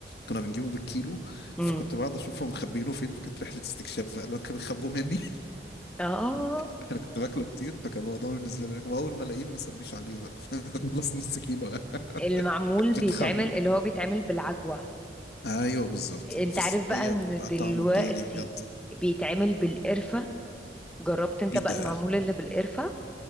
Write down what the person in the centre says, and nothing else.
امم
اه
المعمول
بيتعمل
اللي هو بيتعمل بالعجوة
انت
عارف
بقى ان
دلوقتي
بيتعمل بالقرفة جربت انت
بقى
المعمول اللي بالقرفة